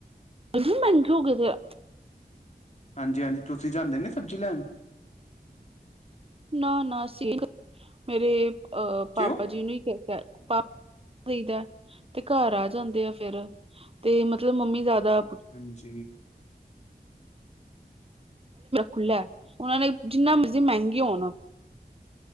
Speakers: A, on the right; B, on the left.
A: ਏਨੇ ਮੈਂਗੇ ਹੋ ਗਏ ਦੇ ਆ।
B: ਹਾਂਜੀ-ਹਾਂਜੀ ਤੁਸੀ ਜਾਂਦੇ ਨੀ ਸਬਜ਼ੀ ਲੈਨ।
A: ਨਾ- ਨਾ ਮੇਰੇ ਅ ਪਾਪਾ
B: ਕਿਉਂ
A: ਜੀ ਨੂੰ ਈ ਕੈ ਪਾ ਕਈਦਾ ਤੇ ਘਰ ਆ ਜਾਂਦੇ ਆ ਫੇਰ, ਤੇ ਮਤਲਬ ਮੰਮੀ ਜਾਦਾ
B: ਹਾਂਜੀ।
A: ਖੁਲਾ ਐ। ਓਨਾਂ ਨੇ ਜਿੰਨਾ ਮਰਜੀ ਮੈਂਗੀ ਹੋਨ।